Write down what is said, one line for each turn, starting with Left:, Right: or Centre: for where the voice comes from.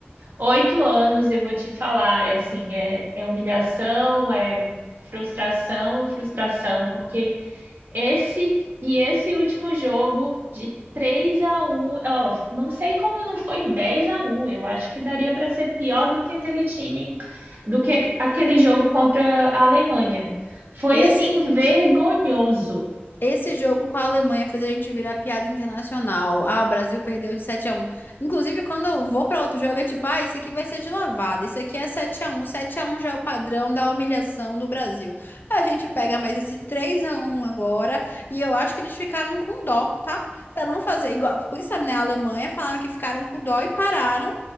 Right: Oito anos, eu vou te falar, é assim, é, é humilhação, é frustração e frustração, porque esse e esse último jogo de 3 a um, ó, não sei como não foi 10 a um, eu acho que daria para ser pior do que aquele time, do que aquele jogo contra a Alemanha. Foi
Left: Esse
Right: assim vergonhoso.
Left: Esse jogo com a Alemanha fez a gente virar piada internacional. Ah, o Brasil perdeu de 7 a um. Inclusive, quando eu vou pra outro jogo, é tipo, ah, isso aqui vai ser de lavada. Isso aqui é 7 a um. 7 a um já é o padrão da humilhação do Brasil. A gente pega mais esse 3 a um agora e eu acho que eles ficaram com dó, tá? Pra não fazer igual, por isso, né, a Alemanha falaram que ficaram com dó e pararam